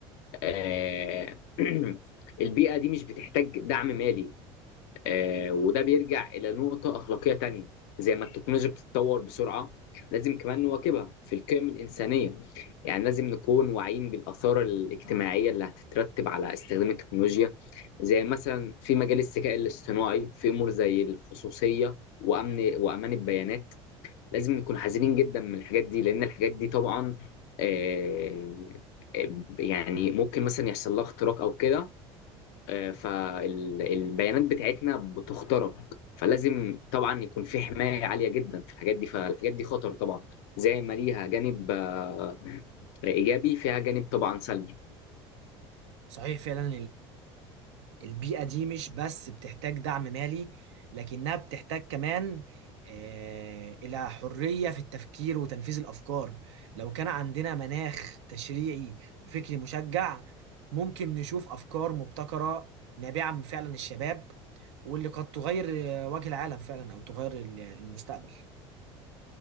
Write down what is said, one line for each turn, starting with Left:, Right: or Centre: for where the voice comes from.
Left: آه، <clears throat> البيئة دي مش بتحتاج دعم مالي آه، وده بيرجع إلى نقطة أخلاقية تانية زي ما التكنولوجيا بتتطور بسرعة لازم كمان نواكبها في القيم الإنسانية يعني لازم نكون واعيين بالآثار الاجتماعية اللي هتترتب على استخدام التكنولوجيا زي مثلا في مجال الذكاء الاصطناعي في أمور زي الخصوصية وأمن وأمان البيانات لازم نكون حذرين جدا من الحاجات دي لأن الحاجات دي طبعا آه، آه، يعني ممكن مثلا يحصل لها اختراق أو كده فالبيانات بتاعتنا بتخترق فلازم طبعا يكون في حماية عالية جدا في الحاجات دي فالحاجات دي خطر طبعا زي ما ليها جانب آه، إيجابي فيها جانب طبعا سلبي
Right: صحيح فعلا البيئة دي مش بس بتحتاج دعم مالي لكنها بتحتاج كمان آه، إلى حرية في التفكير وتنفيذ الأفكار لو كان عندنا مناخ تشريعي وفكري مشجع ممكن نشوف أفكار مبتكرة نابعة من فعلا الشباب واللي قد تغير آه، وجه العالم فعلا أو تغير ال- المستقبل